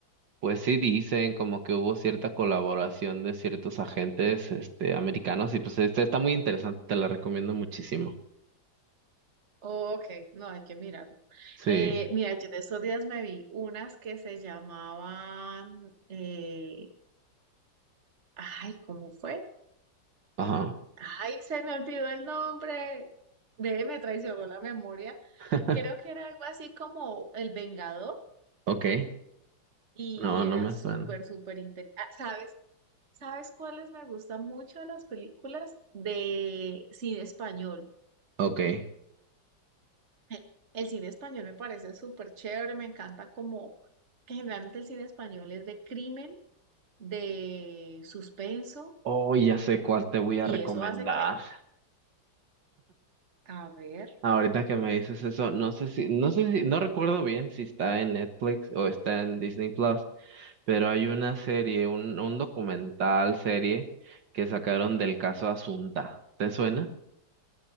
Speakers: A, on the right; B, on the right.
A: pues sí dicen como que hubo cierta colaboración de ciertos agentes, este, americanos y pues esta está muy interesante, te la recomiendo muchísimo.
B: Ok, no, hay que mirarlo.
A: Sí,
B: Eh, mira, yo en estos días me vi unas que se llamaban... eh, Ay, ¿cómo fue?
A: ajá,
B: Ay, se me olvidó el nombre. Ve, me traicionó la memoria.
A: <laughs>
B: Creo que era algo así como El Vengador
A: ok,
B: y,
A: no,
B: y era
A: no me
B: súper,
A: suena.
B: súper interesante. ¿sabes? ¿Sabes cuáles me gustan mucho de las películas de cine español?
A: Ok.
B: Eh, El cine español me parece súper chévere, me encanta como que generalmente el cine español es de crimen, de suspenso
A: Oh, ya sé cuál te voy a
B: y
A: recomendar.
B: eso hace que, a ver,
A: Ahorita que me dices eso, no sé si, no sé si, no recuerdo bien si está en Netflix o está en Disney Plus, pero hay una serie, un, un documental serie que sacaron del caso Asunta. ¿Te suena?